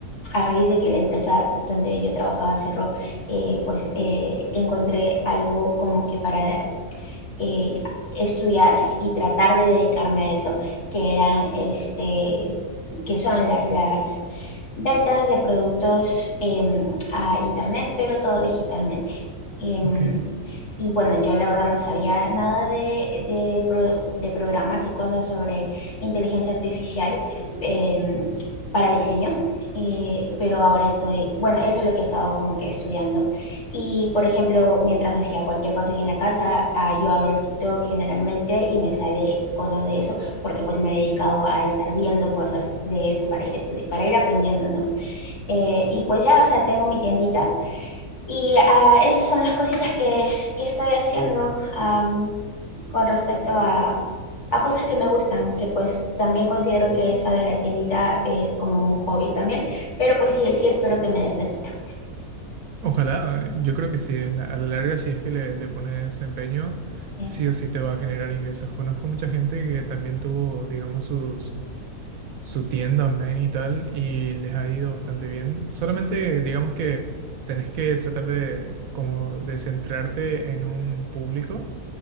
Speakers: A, on the left; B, on the right.
A: a raíz de que la empresa donde yo trabajaba cerró, eh, pues eh, encontré algo como que para eh, estudiar y tratar de dedicarme a eso, que eran, este, que son la- las ventas de productos em, a internet, pero todo digitalmente. Em,
B: Ok.
A: y bueno, yo la verdad no sabía nada de, de pro- de programas y cosas sobre inteligencia artificial em, para diseño, eh, pero ahora estoy, bueno, eso es lo que he estado como que estudiando y, por ejemplo, mientras hacía cualquier cosa aquí en la casa, ah, yo abro el TikTok generalmente y me sale cosas de eso, porque pues me he dedicado a estar viendo cosas de eso para ir estudi- para ir aprendiendo, ¿no? Eh, y pues ya, o sea, tengo mi tiendita y ah, esas son las cositas que, que estoy haciendo am, con respecto a, a cosas que me gustan, que pues también considero que esa de la tiendita es como un hobby también, pero pues sí, sí espero que me dé platita.
B: Ojalá, eh, yo creo que sí, en la- a la larga, si es que le, le pones empeño,
A: Eh,
B: sí o sí te va a generar ingresos. Conozco mucha gente que también tuvo, digamos, sus, su tienda online y tal, y les ha ido bastante bien. Solamente, digamos que tenés que tratar de, como, de centrarte en un público